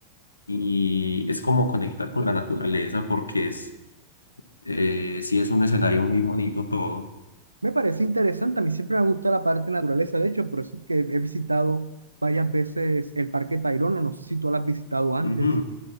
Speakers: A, on the left; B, on the right.
A: Y es como conectar con la naturaleza porque es, eh, sí es un escenario muy bonito todo.
B: Me parece interesante, a mí siempre me gusta la parte de naturaleza, de hecho, por eso es que he visitado varias veces el Parque Tayrona, no sé si tú lo has visitado antes.
A: Ujú.